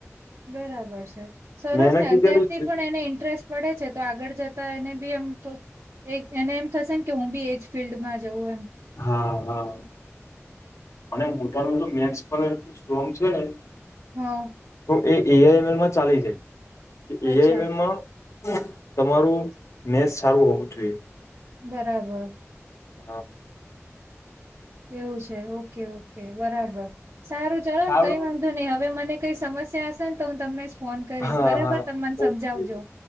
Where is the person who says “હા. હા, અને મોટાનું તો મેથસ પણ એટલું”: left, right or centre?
Left